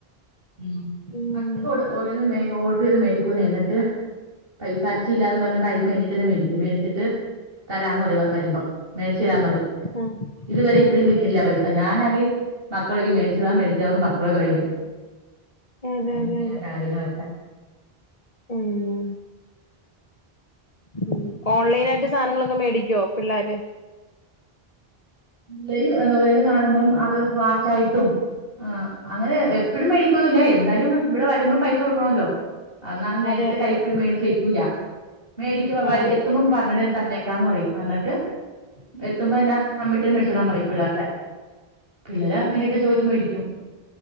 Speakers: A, on the right; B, on the left.
A: ഉം
B: ഉം
A: <unintelligible> ഓരോന്ന് മേ ഓ <unintelligible> മേടിക്കുന്നേ എന്നിട്ട് പൈസ അച്ചി ഇല്ലാന്ന് പറഞ്ഞ് കയ്ന്ന് മേണ്ടിട്ടിത് മേടിക്കും മേടിച്ചിട്ട് തരാന്ന് പറയും വരുമ്പം മേടിച്ചു തരാന്ന് പറയും
B: ആഹ്
A: ഇതുവരെ
B: ആഹ്
A: ഇപ്പഴും കിട്ടിട്ടില്ല ആ പൈ ഞാനാങ്കി മക്കളെ <unintelligible> മേടിച്ചു താ മേടിച് താ പറഞ്ഞ് മക്കളോട് പറയലും
B: അതെ
A: അങ്ങനെയാ
B: അതെ അതെ
A: കാര്യങ്ങളൊക്കെ
B: ഉം ഉം ഓൺലൈനായിട്ട് സാധനങ്ങളൊക്കെ മേടിക്കോ പിള്ളേര്
A: പിള്ളേര് എന്താ ഓരോന്ന് കാണുമ്പം അത് വാച്ചായിട്ടും ആഹ് അങ്ങനെ എപ്പഴും മേടിക്കൊന്നില്ല എന്തായാലും ഇവടെ വരുമ്പം പൈസ കൊടുക്കണല്ലോ അന്നാ അത് നേരത്തെ
B: അതെ അതെ
A: കൈപ്
B: അതെ
A: മേടിച്ച് വെക്കൂല മേടിക്കും അവന്മാര്
B: ആഹ്
A: എ എത്തുമ്പം പറയണെ തന്നേക്കാന്ന് പറയും അന്നിട്ട് എത്തുമ്പോ എന്നാ അമ്മിട്ട് മേടിച്ചോളാൻ പറയും പിള്ളേര്ടെ പിള്ളേര്
B: ഉം
A: എന്നിട്ട്
B: ഉം
A: ചോദിച്ചു മേടിക്കും